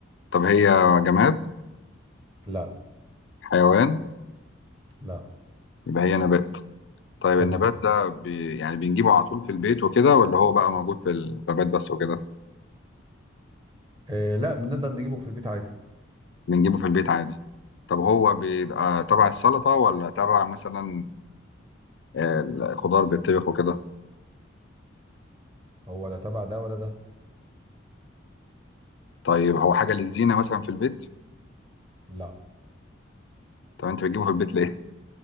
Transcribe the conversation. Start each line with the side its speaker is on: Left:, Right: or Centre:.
Left: طب هي جماد
Right: لا
Left: حيوان
Right: لا
Left: يبقى هي نبات طيب
Right: تمام
Left: النبات ده بي يعني بنجيبه على طول في البيت وكده ولا هو بقى موجود في الغابات بس وكده
Right: آه، لا بنقدر نجيبه في البيت عادي
Left: بنجيبه في البيت عادي طب هو بيبقى تبع السلطة ولا تبع مثلا آه، الخضار بيتطبخ وكده
Right: هو لا تبع ده ولا ده
Left: طيب هو حاجة للزينة مثلا في البيت
Right: لا
Left: طب انت بتجيبه في البيت ليه